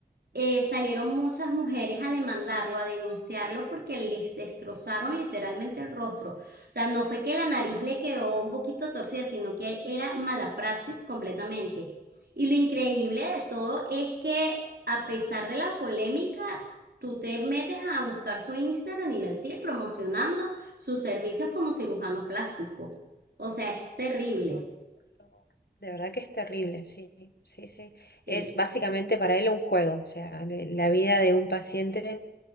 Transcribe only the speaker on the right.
eh, salieron muchas mujeres a demandarlo, a denunciarlo porque les destrozaron literalmente el rostro. O sea, no fue que la nariz le quedó un poquito torcida, sino que era mala praxis completamente. Y lo increíble de todo es que a pesar de la polémica, tú te metes a buscar su Instagram y él sigue promocionando sus servicios como cirujano plástico. O sea, es terrible.
Sí,